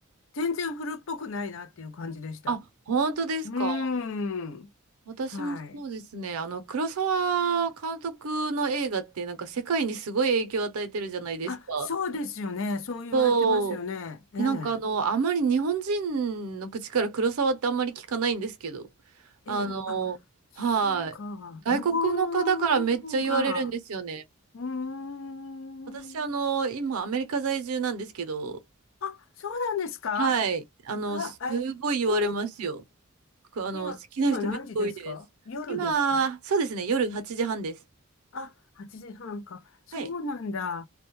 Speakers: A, on the left; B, on the right.
A: 全然古っぽくないなっていう感じでした。
B: あ、本当ですか。
A: うーん。
B: 私もそうですね。
A: はい。
B: あの、黒沢監督の映画ってなんか世界にすごい影響を与えてるじゃないですか。
A: あ、そうですよね。そう言われてますよね。
B: そう。
A: ええ。
B: で、なんかあの、あまり日本人の口から黒沢ってあんまり聞かないんですけど、
A: ええ。
B: あの、
A: あ、そうか。
B: はい。外国の方からめっちゃ言われるんですよね。
A: 向こうの方が、うーん。
B: 私あの、今アメリカ在住なんですけど、
A: あ、そうなんですか
B: はい。あの、
A: あら、
B: すごい言われますよ。
A: え、へえ。
B: くあの、
A: 今、
B: 好きな人めっちゃ多いです。
A: 今何時ですか夜ですか
B: 今、そうですね、夜8時半です。
A: あ、8時半か。そうなんだ。
B: はい。